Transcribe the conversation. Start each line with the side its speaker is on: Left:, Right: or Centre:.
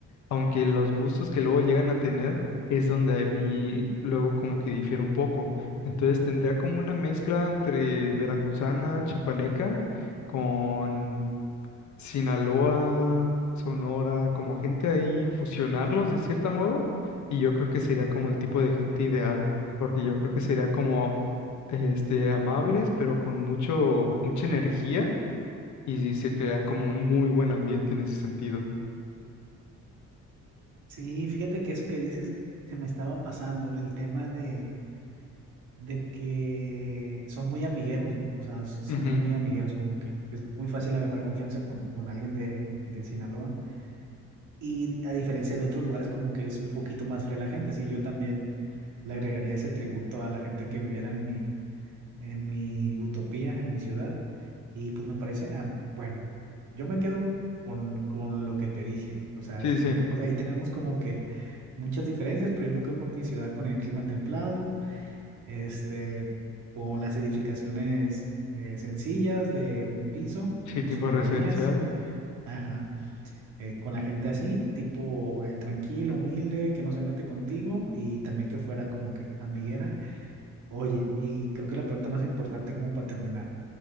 Left: aunque los gustos que luego llegan a tener es donde a mí luego como que difiere un poco. Entonces tendría como una mezcla entre veracruzana, chapaneca, con Sinaloa, Sonora, como gente ahí, fusionarlos de cierta moda, y yo creo que sería como el tipo de gente ideal, porque yo creo que sería como este, amables, pero con mucho, mucha energía, y se crean como un muy buen ambiente en ese sentido.
Right: Sí, fíjate que eso que dices se me estaba pasando, el tema de de que son muy amigueros, ¿no? O sea, s- somos
Left: Ujú.
Right: muy amigueros, como que es muy fácil agarrar confianza con, con alguien de, de Sinaloa. Y a diferencia de otros lugares, como que es un poquito más fría la gente. Sí, yo también le agregaría ese tributo a la gente que viviera en mi, en mi utopía, en mi ciudad. Y pues me parece, ah, bueno, yo me quedo con, con lo que te dije. O sea,
Left: Sí, sí.
Right: tenemos, ahí tenemos como que muchas diferencias, pero yo me quedo con mi ciudad, con el clima templado este, con las edificaciones eh, sencillas de un piso,
Left: Sí,
Right: en
Left: tipo
Right: su mayoría,
Left: residencial.
Right: sí, ajá, eh, con la gente así, tipo eh, tranquila, humilde, que no se mete contigo y también que fuera como que amiguera. Oye, y creo que la pregunta más importante como para terminar,